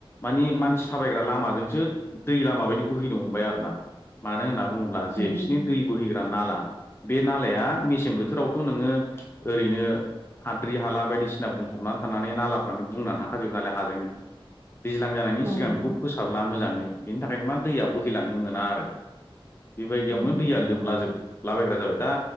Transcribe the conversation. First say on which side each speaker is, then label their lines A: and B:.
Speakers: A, on the left; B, on the right.
A: मानि मानसि थाबायग्रा लामाजोंसो दै लामा बायदि बोहैनो हमबाय आरो ना मानो होनना बुङोब्ला अब्ला जे
B: औ नोंथां
A: बिसिनि
B: औ नोंथां औ नोंथां
A: दै बोहैग्रा नाला बे नालाया मेसें बोथोरावथ' नोङो ओरैनो हाद्रि हाला बायदिसिना बुंफबनानै थानानै नालाफ्रानो बुंनानै थाखाजोबो नालाय हाजोंनो दैज्लां जानायनि
B: औ
A: सिगां
B: नोंथां
A: बेखौ फोसाबला मोजाङै बेनि थाखायनो मा दैया बोहैलांनो मोना आरो बेबायदियावनो
B: जोबोद
A: दैया लोमलाजोबलाबायग्रा जाबाय दा